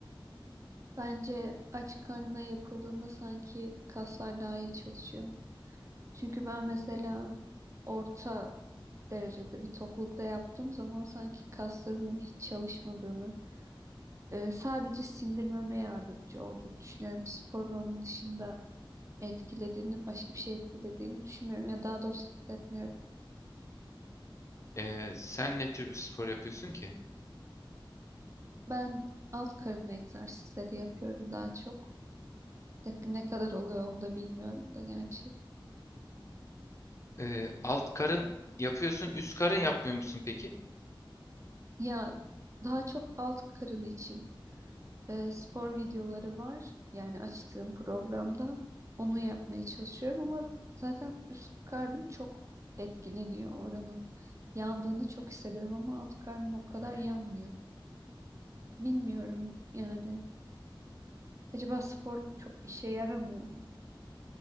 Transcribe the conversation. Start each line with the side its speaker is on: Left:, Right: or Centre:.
Right: bence aç karnına yapıldığında sanki kaslar daha iyi çalışıyor. Çünkü ben mesela orta derecede bir toklukta yaptığım zaman sanki kaslarımın hiç çalışmadığını, e, sadece sindirmeme yardımcı olduğunu düşünüyorum sporun onun dışında. etkilediğini, başka bir şey etkilediğini düşünmüyorum ya daha doğrusu hissetmiyorum.
Left: e, sen ne tür bir spor yapıyorsun ki?
Right: Ben alt karın egzersizleri yapıyorum daha çok. Tabii ne kadar oluyor onu da bilmiyorum da gerçi.
Left: E, alt karın yapıyorsun, üst karın yapmıyor musun peki?
Right: Ya daha çok alt karın için e, spor videoları var. Yani açtığım programda onu yapmaya çalışıyorum ama zaten üst karnım çok etkileniyor oranın. Yandığını çok hissediyorum ama alt karnım o kadar
Left: Hı hı.
Right: yanmıyor. Bilmiyorum yani. Acaba spor çok işe yaramıyor mu?